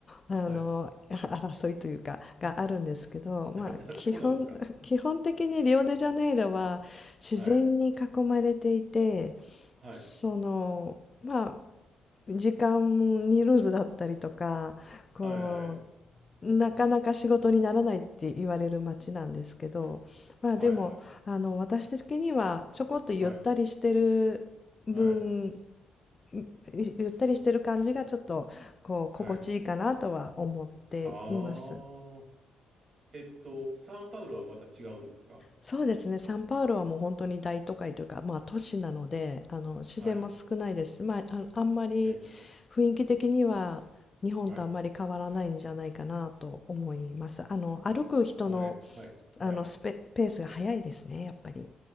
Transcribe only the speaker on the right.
はい。
<laughs>
そうなんですか
はい。はい。
はい。はい。
はい。
はい。はい。
はい。あー。えっと、サンパウロはまた違うんですか
はい。
え、
はい。
はい。はい。はい。